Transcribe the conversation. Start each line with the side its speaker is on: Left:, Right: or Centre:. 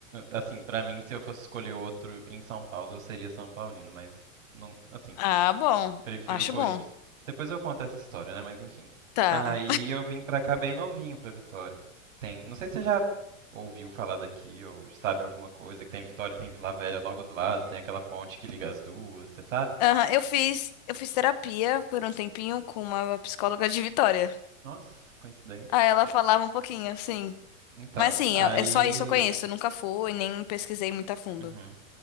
Right: Assim, pra mim, se eu fosse escolher outro em São Paulo, eu seria São Paulino, mas não, assim,
Left: Ah, bom.
Right: Prefiro
Left: Acho
Right: o Corinthians.
Left: bom.
Right: Depois eu conto essa história, né? Mas enfim.
Left: Tá.
Right: Aí eu vim pra cá bem novinho, pra Vitória. Tem, não sei se você já ouviu falar daqui ou sabe alguma coisa, que tem Vitória e tem Vila Velha logo do lado, tem aquela ponte que liga as duas, você sabe?
Left: Aham, eu fiz, eu fiz terapia por um tempinho com uma psicóloga de Vitória.
Right: Nossa, coincidência.
Left: Aí ela falava um pouquinho, sim.
Right: Então,
Left: Mas sim,
Right: aí.
Left: é, é só isso que eu conheço. Eu nunca fui, nem pesquisei muito a fundo.
Right: Uhum.